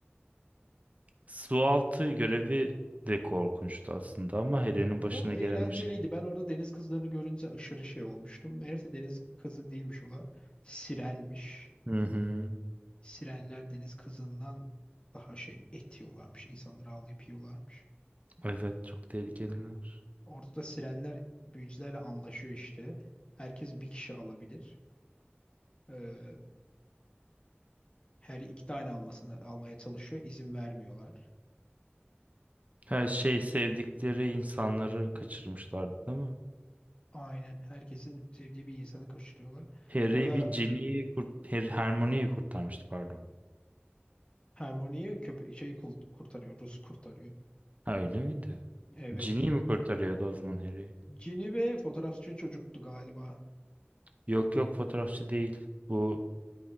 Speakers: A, on the right; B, on the left.
A: Su altı görevi de korkunçtu aslında ama Harry'nin başına
B: O eğlenceliydi.
A: gelen o şey.
B: Ben orada deniz kızlarını görünce aşırı şey olmuştum. Meğerse deniz kızı değilmiş olar. Sirenmiş.
A: Hı hı.
B: Sirenler deniz kızından daha şey et yiyorlarmış. İnsanları avlayıp yiyorlarmış.
A: Evet çok tehlikeliler.
B: Orada da sirenler büyücülerle anlaşıyor işte. Herkes bir kişi alabilir. Ee, her iki tane almasını almaya çalışıyor. İzin vermiyorlar.
A: Her şey sevdikleri insanları kaçırmışlardı değil mi?
B: Aynen. Herkesin sevdiği bir insanı kaçırıyorlar.
A: Harry
B: Orada
A: bir Ginny'yi kurt Her Hermione'yi kurtarmıştı pardon.
B: Hermione'yi köpek şey kul- kurtarıyor. Rus kurtarıyor.
A: Ha öyle miydi?
B: Evet.
A: Ginny mi kurtarıyordu o zaman Harry'i?
B: Cini ve fotoğrafçı çocuktu galiba.
A: Yok yok fotoğrafçı değil. Bu